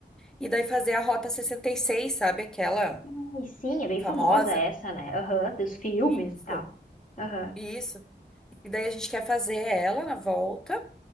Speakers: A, in the centre; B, on the left (about 45°).
A: e daí fazer a Rota 66, sabe? Aquela
B: Ai, sim, é bem
A: famosa.
B: famosa essa, né? Aham, dos filmes
A: Isso.
B: e tal. Aham.
A: Isso. E daí a gente quer fazer ela na volta.